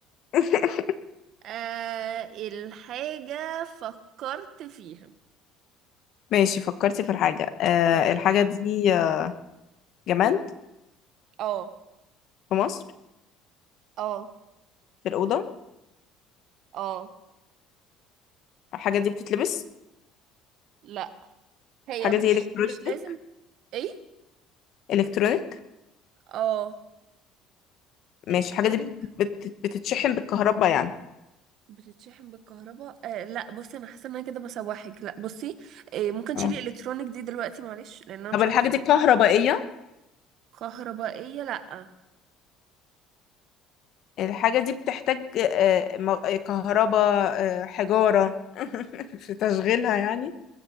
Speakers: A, on the left; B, on the right.
A: <laughs>
B: آه الحاجة فكرت فيها
A: ماشي فكرتي في الحاجه آه
B: اه
A: الحاجه دي آه، جماد
B: اه
A: في مصر
B: اه
A: في الاوضه
B: اه
A: الحاجه دي بتتلبس
B: لا هي
A: الحاجه
B: مش
A: دي الكترونيك
B: مش لازم ايه
A: الكترونيك
B: اه
A: ماشي
B: الكترونيك
A: الحاجه دي بت- بت- بتتشحن بالكهرباء يعني
B: بتتشحن بالكهرباء آه لا بصي انا حاسه ان انا كده بسوحك لا بصي آه ممكن تشيلي
A: آه.
B: الكترونيك دي دلوقتي معلش لان انا مش
A: طب الحاجه
B: عارفه
A: دي كهربائيه
B: كهربائيه لا
A: الحاجة دي بتحتاج آه، م- آه، كهرباء آه، حجارة <laughs> في تشغيلها يعني